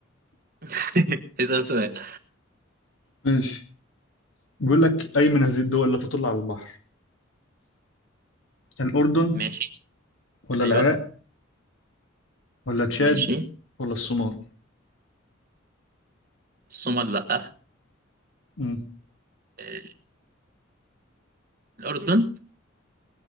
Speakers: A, on the right (about 45°); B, on the left (about 75°).
A: <laughs> اسال سؤال
B: ماشي بيقول لك أي من هذه الدول لا تطل على البحر الأردن
A: ماشي
B: ولا
A: ايوه
B: العراق ولا تشاد
A: ماشي
B: ولا الصومال
A: الصومال لا
B: امم
A: إيه، الاردن